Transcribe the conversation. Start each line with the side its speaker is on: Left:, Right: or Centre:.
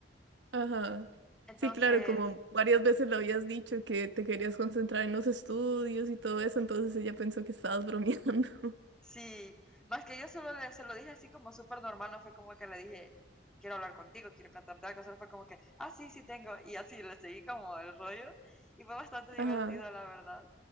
Right: ajá.
Centre: Entonces,
Right: Sí, claro, como varias veces le habías dicho que te querías concentrar en los estudios y todo eso, entonces ella pensó que estabas bromeando. <laughs>
Centre: Sí, más que yo solo le, se lo dije así como súper normal, no fue como que le dije, quiero hablar contigo, quiero cantarte algo, solo fue como que, ah, sí, sí tengo, y así le seguí como el rollo, y fue bastante divertido,
Right: Ajá.
Centre: la verdad.